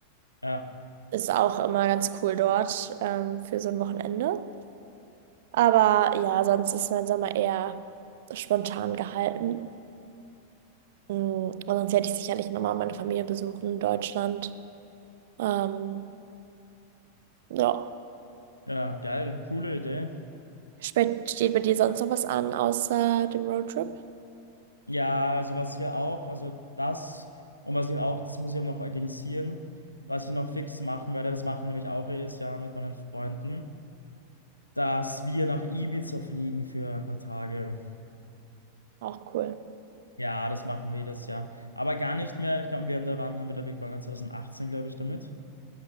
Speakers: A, on the left; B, on the right.
A: Ja,
B: Ist auch immer ganz cool dort ähm, für so ein Wochenende. Aber ja, sonst ist mein Sommer eher spontan gehalten. Mm, Und sonst hätte ich sicherlich nochmal meine Familie besuchen in Deutschland. Ähm, ja.
A: ja, geil, coole Idee.
B: Spe- Steht bei dir sonst noch was an, außer dem Roadtrip?
A: Ja, also was wir auch, also das und was ich auch, das muss ich auch noch organisieren, was ich noch fix machen werde, das machen wir nämlich auch jedes Jahr mit meinen Freunden, dass wir nach Ibiza fliegen für ein paar Tage.
B: Auch cool.
A: Ja, das machen wir jedes Jahr. Aber gar nicht mehr, ich glaube, wir haben da, wann haben wir da begonnen? 2018, glaube ich, damit.